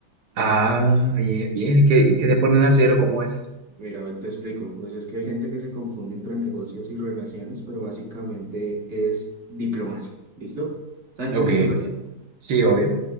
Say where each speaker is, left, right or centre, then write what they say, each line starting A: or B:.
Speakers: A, on the right; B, on the right.
A: Ah, bien, bien. ¿Y qué, y qué te ponen a hacer o cómo es?
B: Mira, a ver, te explico. Pues es que hay gente que se confunde entre negocios y relaciones, pero básicamente es diplomacia. ¿Listo? ¿Sabes
A: Ok,
B: qué es diplomacia?
A: sí, obvio.